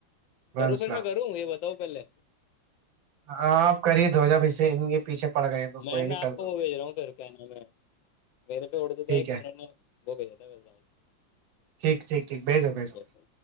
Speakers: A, on the right; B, on the left.
A: وعلیکم
B: کروں
A: السلام
B: پھر میں کروں یہ بتاؤ پہلے
A: آاں آپ کر ہید ہو جابے پیچھے پڑ گئے تو کوئی
B: میں نے
A: نہیں
B: آپ
A: کر
B: کو
A: دو
B: وہ بھیج رہا ہوں پھر کیا نام میں میرے پہ اڑد کا
A: ٹھیک
B: ایک
A: ہے
B: نے وہ بھیجا تھاایک
A: ٹھیک ٹھیک ٹھیک بھیجو بھیجو
B: ہے